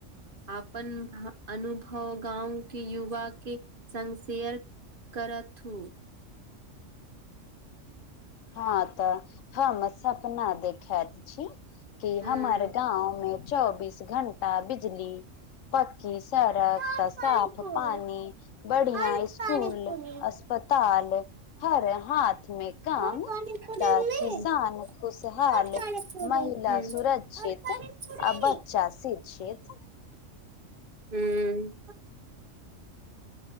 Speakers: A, on the right; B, on the left.
A: अपन अनुभव गाँव के युवा के संग शेयर करथु
B: हं तऽ हम सपना देखाइत छी कि
A: हूँ
B: हमर गाँव मे चौबीस घंटा बिजली पक्कीस सड़क
A: पानी
B: तऽ साफ
A: पूरी
B: पानी बढ़ियां
A: और
B: स्कूल
A: पानी पूरी
B: अस्पताल हर हाथ मे काम
A: और पानी पूरी
B: तऽ
A: में
B: किसान खुशहाल
A: और पानी पूरी
B: महिला
A: हूँ
B: सुरक्षित
A: और पानी पूरी
B: अब अच्छा से छैथ
A: ह्म